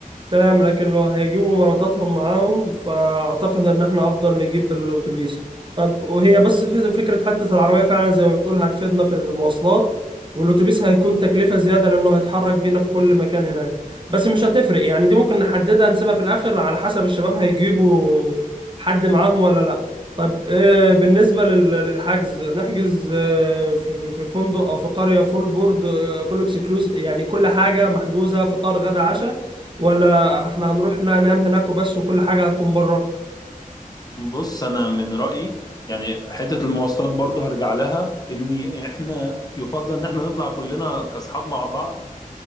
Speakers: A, on the right; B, on the left.
A: تمام لكن لو هيجيبوا مراتاتهم معاهم فأعتقد إن إحنا أفضل نجيب الأتوبيس طب وهي بس ف- فكرة حتة العربية فعلا زي ما بتقول هتفيدنا في المواصلات والأتوبيس هيكون تكلفة زيادة لأنه هيتحرك بينا في كل مكان هناك بس مش هتفرق يعني دي ممكن نحددها نسيبها في الآخر على حسب الشباب هيجيبوا حد معاهم ولا لأ طب آه، بالنسبة لل- للحجز نحجز آه، في في فندق أو في قرية فول بورد آه، فول اكسكلوز يعني كل حاجة محجوزة فطار غدا عشاء ولا احنا هنروح لا ننام هناك وبس وكل حاجة هتكون بره
B: بص انا من رايي يعني حته المواصلات برضه هرجع لها ان احنا يفضل ان احنا نطلع كلنا كاصحاب مع بعض